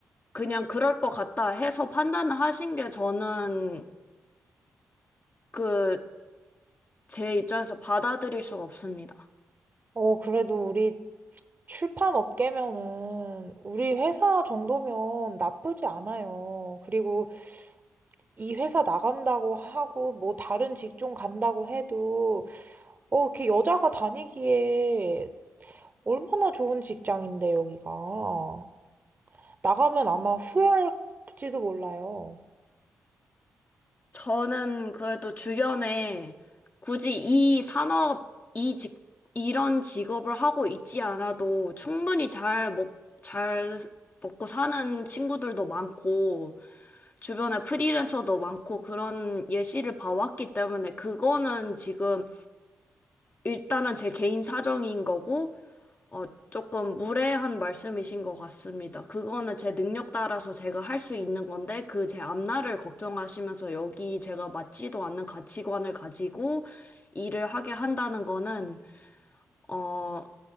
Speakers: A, on the left; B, on the right.
A: 그냥 그럴 것 같다 해서 판단을 하신 게 저는 그, 제 입장에서 받아들일 수가 없습니다.
B: 어, 그래도 우리 출판 업계면은 우리 회사 정도면 나쁘지 않아요. 그리고 이 회사 나간다고 하고 뭐 다른 직종 간다고 해도 어, 이렇게 여자가 다니기에 얼마나 좋은 직장인데 여기가. 나가면 아마 후회할지도 몰라요.
A: 저는 그래도 주변에 굳이 이 산업, 이 직, 이런 직업을 하고 있지 않아도 충분히 잘 먹, 잘 먹고 사는 친구들도 많고, 주변에 프리랜서도 많고 그런 예시를 봐왔기 때문에 그거는 지금 일단은 제 개인 사정인 거고, 어, 조금 무례한 말씀이신 것 같습니다. 그거는 제 능력 따라서 제가 할 수 있는 건데, 그 제 앞날을 걱정하시면서 여기 제가 맞지도 않는 가치관을 가지고 일을 하게 한다는 거는, 어,